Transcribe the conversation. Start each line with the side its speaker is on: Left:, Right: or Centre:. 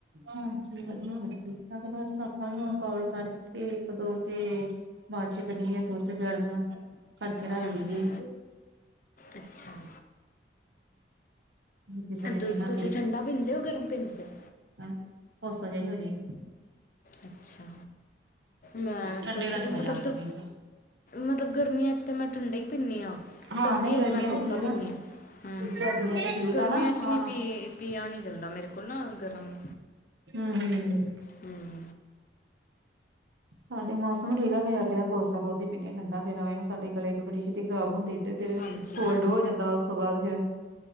Right: ਹਾਂਜੀ ਵਧੀਆ ਵ ਠੀਕ ਠਾਕ, ਬਸ ਆਪਾ ਵੀ ਹੁਣ ਕਾਲ ਕਰਕੇ ਇੱਕ, ਦੋ ਤੇ ਬਾਅਦ ਚ ਕਰੀਏ ਦੁੱਧ ਗਰਮ ਕਰਕੇ ਰੱਖ
Left: ਹਾਂਜੀ
Right: ਲਈਏ
Left: ਅੱਛਾ।
Right: ਕਿਸੇ ਨੇ
Left: ਦੁੱਧ
Right: ਪੀਣਾ
Left: ਤੁਸੀਂ ਠੰਢਾ ਪੀਂਦੇ ਹੋ, ਗਰਮ ਪੀਂਦੇ ਹੋ
Right: ਹਮ ਕੋਸਾ ਜਾ ਹੀ ਹੋ ਜੇ
Left: ਅੱਛਾ ਮੈਂ
Right: ਠੰਡੇ
Left: ਤੇ
Right: ਦਾ ਨੀ ਮਜ਼ਾ
Left: ਮਤਲਬ
Right: ਆਉਂਦਾ
Left: ਦੁ
Right: ਪੀਣ ਦਾ
Left: ਮਤਲਬ ਗਰਮੀਆਂ 'ਚ ਤਾਂ ਮੈਂ ਠੰਡਾ ਹੀ ਪੀਂਦੀ ਹਾਂ
Right: ਹਾਂ
Left: ਸਰਦੀਆਂ
Right: ਨਹੀਂ ਗਰਮੀਆਂ
Left: 'ਚ ਮੈਂ ਕੋਸਾ
Right: ਠੀਕ
Left: ਪੀਨੀ ਆ ਹਮ
Right: ਗਰਮੀਆਂ ਚ ਠੀਕ
Left: ਗਰਮੀਆਂ
Right: ਆ ਨਾ
Left: 'ਚ'
Right: ਹੁਣ
Left: ਨੀ ਪ ਪੀਆ ਨਹੀਂ ਜਾਂਦਾ ਮੇਰੇ ਕੋਲ ਮੇਰੇ ਕੋਲ ਨਾ ਗਰਮ।
Right: ਹਮ-ਹਮ
Left: ਹਮ।
Right: ਸਾਡੇ ਮੌਸਮ ਠੀਕ ਆ ਫੇਰ ਆਖੇ ਦਾ ਕੋਸਾ ਦੁੱਧ ਹੀ ਪੀਂਨੇ, ਠੰਡਾ ਫੇਰ ਸਾਡੇ ਗਲੇ ਬੜੀ ਛੇਤੀ ਖਰਾਬ ਹੁੰਦੇ ਇੱਧਰ ਫਿਰ
Left: ਹਾਂਜੀ
Right: ਕੋਲਡ ਹੋ ਜਾਂਦਾ ਉਸ ਤੋਂ ਬਾਅਦ ਫਿਰ